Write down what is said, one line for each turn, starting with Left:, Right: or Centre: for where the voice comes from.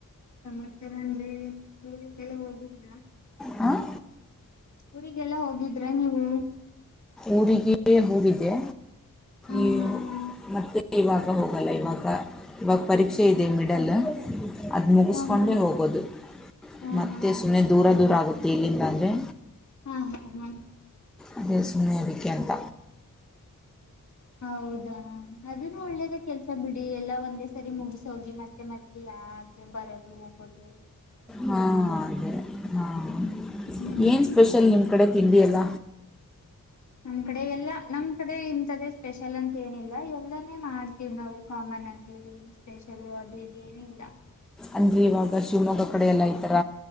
Left: ಸಂತ್ಸರ ಅಂದ್ರೆ ಇ ಊರಿಗೆಲ್ಲ ಹೋಗುದರಾ
Centre: ಹಾಂ
Left: ಊರಿಗೆಲ್ಲ ಹೋಗಿದ್ರ ನೀವು
Centre: ಊರಿಗೆ ಹೋಗಿದೆ
Left: ಹಾ
Centre: ಈ
Left: ಹಾ ಹಾ
Centre: ಮತ್ತೆ ಇವಾಗ ಹೋಗಲ್ಲ ಇವಾಗ ಇವಾಗ ಪರೀಕ್ಷೆ
Left: ಹ್ಮ್
Centre: ಇದೆ ಮಿಡಲ್ ಅದು ಮುಗಿಸ್ಕೊಂಡೇ
Left: ಹ್ಮ ಹ್ಮ
Centre: ಹೋಗೋದು
Left: ಹಾ
Centre: ಮತ್ತೆ
Left: ಹಾ
Centre: ಸುಮ್ಮನೆ ದೂರ ದೂರ ಆಗುತ್ತೆ ಇಲ್ಲಿದ ಅಂದ್ರರೆ
Left: ಹಾ ಹಾ ಹಾ
Centre: ಅದೇ ಸುಮ್ಮನೆದಕ್ಕೆ ಎಂತ
Left: ಹೌದಾ ಅದನ್ನು ಒಳ್ಳೇದಾಗ ಕೆಲ್ಸ ಬಿಡಿ ಎಲ್ಲ ಒಂದೇ ಸರಿ ಮುಗಸ ಹೋಗಿ ಮತ್ತೆ ಮತ್ತೆ ಯಾರ ಬರೋದು ಹೋಗಬೋದು
Centre: ಹಾಂ ಅದೇ ಹಾಂ
Left: ಹ್ಮ್
Centre: ಏನು ಸ್ಪೆಷಲ್ ನಿಮ್ಮ ಕಡೆ ತಿಂಡಿ ಎಲ್ಲ
Left: ನಮ್ ಕಡೆ ಎಲ್ಲಾ ನಮ್ ಕಡೆ ಇಂಥ್ದೇ ಸ್ಪೆಷಲ್ ಅಂತ ಏನಿಲ್ಲ ಎಲ್ಲಾನೇ ಮಾಡ್ತೀವವಿ ನಾವು ಕಾಮನ್ ಅಲ್ಲಿ ಸ್ಪೆಷಲ್ ಅದು ಇದು ಏನಿಲ್ಲ
Centre: ಅಂದರೆ ಇವಾಗ ಶಿವಮೊಗ್ಗ ಕಡೆ ಎಲ್ಲ ಈ ಥರ